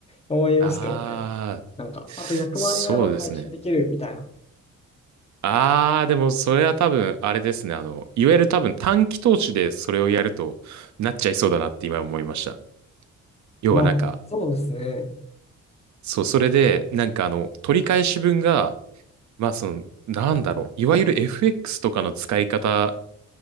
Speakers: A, on the left; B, on the right.
A: 思いますけどね。
B: ああ、
A: なんか、あと100万円あれば回収できるみたいな。
B: そうですね。ああ、でもそれは多分、あれですね。あの、いわゆる多分短期投資でそれをやるとなっちゃいそうだなって今思いました。要はなんか、
A: まあ、そうですね。
B: そう、それで、なんかあの、取り返し分が、まあその、なんだろう、いわゆる FX とかの使い方